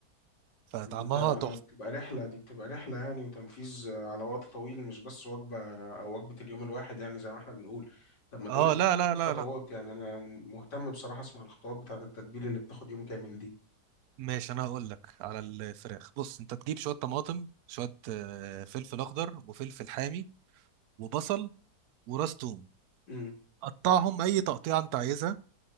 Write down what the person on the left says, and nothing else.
انت
بتبقى رحلة دي بتبقى رحلة يعني وتنفيذ على وقت طويل مش بس وجبة او وجبة اليوم الواحد يعني زي ما احنا بنقول طب ما تقولي
خطوات
يعني انا مهتم بصراحة اسمع الخطوات بتاعة التتبيل اللي بتاخد يوم كامل دي
امم